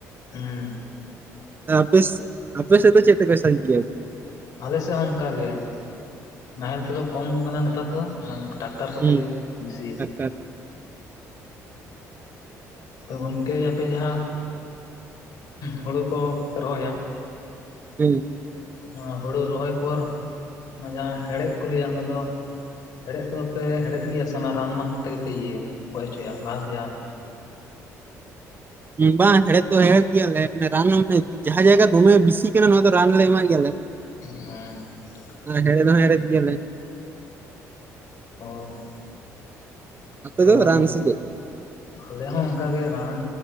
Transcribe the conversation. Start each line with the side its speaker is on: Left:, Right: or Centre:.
Left: ᱦᱩᱸ
Right: ᱟᱯᱮᱥ ᱟᱯᱮ ᱥᱮᱫ ᱫᱚ ᱪᱮᱫ ᱛᱮᱠᱚ ᱥᱟ ᱜᱮᱭᱟ?
Left: ᱟᱞᱮ ᱥᱮᱫ ᱦᱚᱸ ᱚᱱᱠᱟᱜ ᱜᱮ ᱾ ᱱᱟᱦᱮᱞ ᱛᱮᱫᱚ ᱠᱚᱢ ᱠᱟᱱᱟ ᱱᱮᱛᱟᱨ ᱫᱚ ᱚᱱᱟ ᱴᱟᱠᱴᱟᱨ
Right: ᱦᱩᱸ
Left: ᱠᱚᱛᱮ ᱜᱮ ᱵᱤᱥᱤᱼᱼ
Right: ᱴᱟᱠᱴᱟᱨ
Left: ᱛᱚ ᱜᱚᱝᱠᱮ ᱟᱯᱮ ᱡᱟᱦᱟᱸ ᱦᱩᱲᱩ ᱠᱚᱯᱮ ᱨᱚᱦᱚᱭᱟ ᱾
Right: ᱦᱩᱸ
Left: ᱚᱱᱟ ᱦᱩᱲᱩ ᱨᱚᱦᱚᱭ ᱯᱚᱨ, ᱚᱱᱟ ᱡᱟᱦᱟᱸ ᱦᱮᱲᱦᱮᱫ ᱠᱚ ᱞᱟᱹᱭᱟ ᱚᱱᱟ ᱫᱚᱼᱼ ᱦᱮᱦᱮᱫ ᱠᱚᱫᱚ ᱯᱮ ᱦᱮᱦᱮᱫ ᱜᱮᱭᱟ ᱥᱮ ᱚᱱᱟ ᱨᱟᱱ ᱢᱟᱱ ᱠᱚᱛᱮ ᱜᱮᱯᱮ ᱤᱭᱟᱹᱭᱟ, ᱜᱚᱡ ᱦᱚᱪᱚᱭᱟ ᱜᱷᱟᱥ ᱡᱟᱦᱟᱸᱼᱼ
Right: ᱵᱟᱝ ᱦᱮᱲᱦᱮᱫ ᱫᱚ ᱦᱮᱦᱮᱫ ᱜᱮᱭᱟᱞᱮ ᱨᱟᱱ ᱦᱚᱸᱮ ᱡᱟᱦᱟᱸ ᱡᱟᱭᱜᱟ ᱫᱚᱢᱮ ᱵᱤᱥᱤ ᱠᱟᱱᱟ ᱱᱚᱣᱟ ᱫᱚ ᱨᱟᱱ ᱞᱮ ᱮᱢᱟᱜ ᱜᱮᱭᱟᱞᱮ ᱾
Left: ᱚ <unintelligible>
Right: ᱦᱮᱸᱲᱮᱫ ᱦᱚᱸ ᱦᱮᱸᱲᱮᱫ ᱜᱮᱤᱭᱞᱮ ᱾
Left: ᱚᱻ
Right: ᱟᱯᱮ
Left: ᱛᱚ
Right: ᱫᱚ
Left: ᱟᱨ
Right: ᱨᱟᱱ ᱥᱮ ᱪᱮᱫ?
Left: ᱟᱞᱮ ᱦᱚᱸ ᱚᱱᱠᱟᱜ ᱜᱮ ᱨᱟᱱ